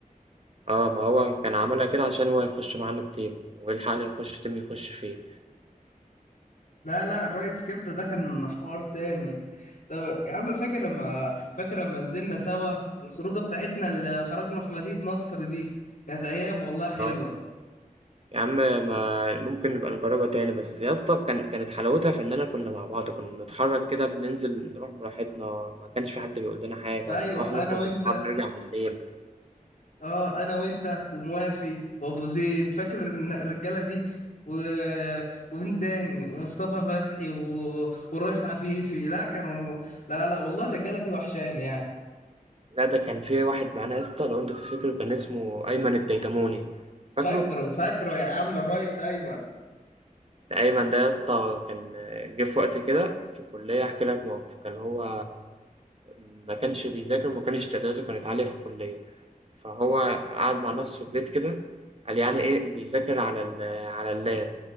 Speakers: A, on the right; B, on the left.
A: آه، ما هو كان عملها كده عشان هو يخش معانا الteam ويلحقنا يخش team يخش فيه.
B: لا لا الريس كبده ده كان حوار تاني طب يا عم فاكر لما فاكر لما نزلنا سوا الخروجه بتاعتنا اللي خرجنا في مدينه نصر دي كانت ايام والله حلوه
A: آه، يا عم ما ممكن نبقى نجرّبها تاني، بس يا اسطى كان كانت حلاوتها في إننا كنا مع بعض، كنا بنتحرّك كده بننزل نروح براحتنا، ما كانش في حد بيقول لنا حاجة،
B: ايوه
A: نروح نخرج
B: انا وانت
A: بالنهار نرجع بالليل.
B: اه انا وانت وموافي وابو زيد فاكر الن- الرجاله دي و... ومين تاني ومصطفى فتحي و... والريس عفيفي لا كانوا لا لا والله الرجاله دي وحشاني يعني
A: لأ، ده كان في واحد معانا يا اسطى لو أنت تفتكره كان اسمه أيمن الديدموني، فاكره؟
B: فاكره فاكره يا عم الريس ايمن
A: ده أيمن ده يا اسطى كان جه في وقت كده في الكلية هاحكي لك موقف، كان هو ما كانش بيذاكر وما كانش تقديراته كانت عالية في الكلية، فهو قعد مع نفسه في البيت كده قال يعني إيه بيذاكر على ال على اللاب،